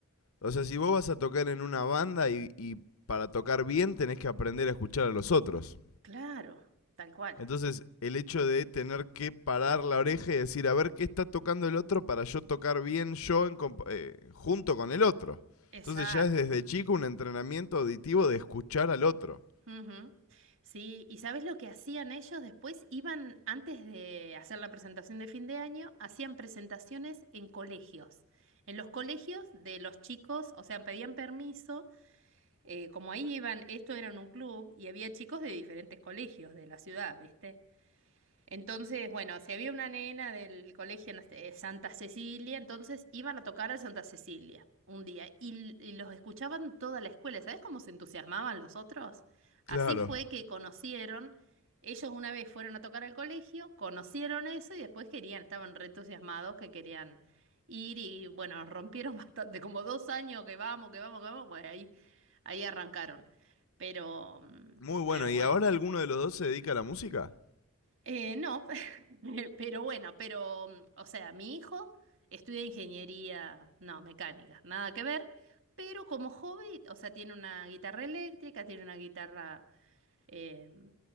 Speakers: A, on the left; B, on the right.
A: o sea, si vos vas a tocar en una banda y, y para tocar bien tenés que aprender a escuchar a los otros.
B: Claro, tal cual.
A: Entonces, el hecho de tener que parar la oreja y decir, a ver qué está tocando el otro para yo tocar bien yo en compa- eh, junto con el otro.
B: Exacto.
A: Entonces ya es desde chico un entrenamiento auditivo de escuchar al otro.
B: Ujú. Sí, ¿y sabes lo que hacían ellos después? Iban, antes de hacer la presentación de fin de año, hacían presentaciones en colegios, en los colegios de los chicos, o sea, pedían permiso, eh, como ahí iban, esto era en un club y había chicos de diferentes colegios de la ciudad, ¿viste? Entonces, bueno, si había una nena del colegio no sé, Santa Cecilia, entonces iban a tocar a Santa Cecilia un día y, y los escuchaban toda la escuela. ¿Sabes cómo se entusiasmaban los otros?
A: Claro.
B: Así fue que conocieron, ellos una vez fueron a tocar al colegio, conocieron eso y después querían, estaban re entusiasmados que querían ir y bueno, rompieron <laughs> bastante, como dos años que vamos, que vamos, que vamos, bueno, ahí, ahí arrancaron. Pero, mm,
A: Muy bueno.
B: pero
A: ¿Y
B: bueno.
A: ahora alguno de los dos se dedica a la música?
B: Eh, no, <laughs> pero bueno, pero, mm, o sea, mi hijo estudia ingeniería, no, mecánica, nada que ver, pero como hobby, o sea, tiene una guitarra eléctrica, tiene una guitarra eh,